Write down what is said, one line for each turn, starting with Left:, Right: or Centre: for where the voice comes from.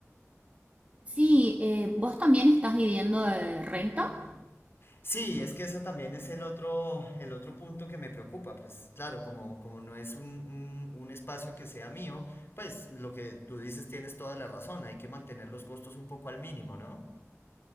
Right: Sí, eh, ¿vos también estás viviendo de renta?
Left: Sí, es que ese también es el otro, el otro punto que me preocupa. Pues claro, como, como no es un, un- un espacio que sea mío, pues lo que tú dices tienes toda la razón. Hay que mantener los costos un poco al mínimo, ¿no?